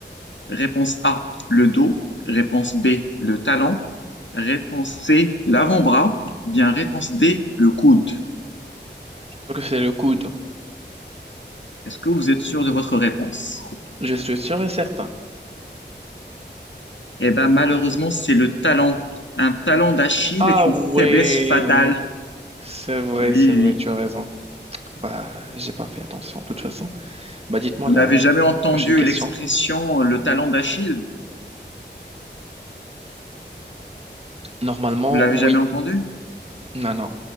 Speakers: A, on the left (about 80°); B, on the right (about 35°).
A: Réponse A, le dos. Réponse B, le talon. Réponse C, l'avant-bras. Bien réponse D, le coude.
B: Je crois que c'est le coude.
A: Est-ce que vous êtes sûr de votre réponse?
B: Je suis sûr et certain.
A: Eh bien, malheureusement, c'est le talon. Un talon d'Achille
B: Ah
A: est une
B: ouais,
A: faiblesse fatale.
B: c'est vrai,
A: Oui,
B: c'est
A: oui,
B: vrai,
A: oui.
B: tu as raison. Bah, j'ai pas fait attention de toute façon. Bah, dites-moi
A: Vous
B: la
A: n'avez jamais entendu
B: prochaine question.
A: l'expression euh, le talon d'Achille?
B: Normalement,
A: Vous l'avez
B: oui.
A: jamais entendu?
B: Non, non.